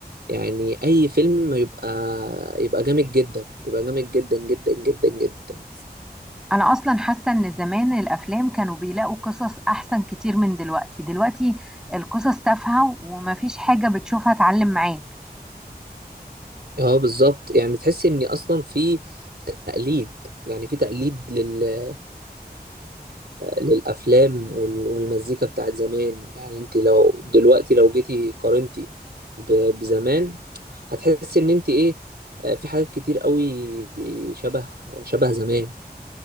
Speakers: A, on the right; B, in the centre.
A: يعني اي فيلم يبقى يبقى جامد جدا يبقى جامد جدا جدا جدا جدا
B: انا اصلا حاسة ان زمان الافلام كانوا بيلاقوا قصص احسن كتير من دلوقتي دلوقتي القصص تافهة ومفيش حاجة بتشوفها تعلم معاك
A: اه بالظبط يعني تحس ان اصلا في تقليد يعني في تقليد لل... للأفلام وال... والمزيكا بتاعت زمان يعني انت لو دلوقتي لو جيتي قارنتي ب... بزمان هتحس ان انت ايه آه، في حاجات كتير قوي شبه شبه زمان